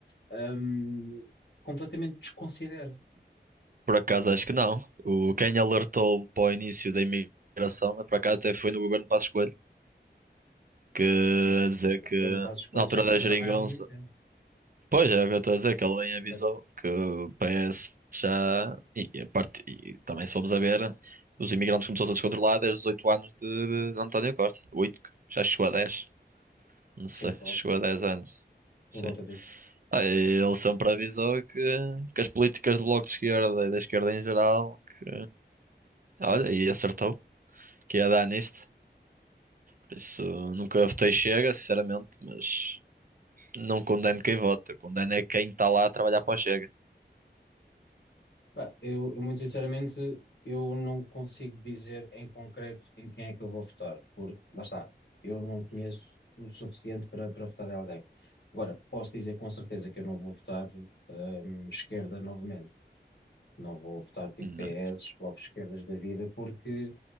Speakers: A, on the left; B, on the right.
A: ahm, completamente desconsidera.
B: Por acaso acho que não. O, quem alertou para o início da imigração, é por acaso até foi no governo de Passos Coelho, que
A: Sim,
B: a dizer
A: mas o
B: que
A: governo Passos Coelho
B: na altura
A: já, tá-
B: da geringonça.
A: já vai há muito tempo,
B: Pois é, o que eu estou a dizer, que ele bem avisou
A: certo?
B: que o PS já. E, a parte, e também se formos a ver, os imigrantes começou a descontrolar desde os 8 anos de António Costa. oito já chegou a dez Não
A: Sim,
B: sei,
A: por
B: chegou
A: volta,
B: a 10 anos.
A: por
B: Sim.
A: volta disso.
B: Ah, e ele sempre avisou que, que as políticas do Bloco de Esquerda e da esquerda em geral, que, olha, e acertou. que ia dar nisto. Por isso nunca votei Chega, sinceramente, mas não condeno quem vota. Condeno é quem está lá a trabalhar para o Chega.
A: Pá, eu, eu muito sinceramente, eu não consigo dizer em concreto em quem é que eu vou votar, porque, lá está, eu não conheço o suficiente para, para votar em alguém. Agora, posso dizer com certeza que eu não vou votar, hum, esquerda novamente. Não vou votar tipo
B: Não-
A: PS, blocos de esquerdas da vida, porque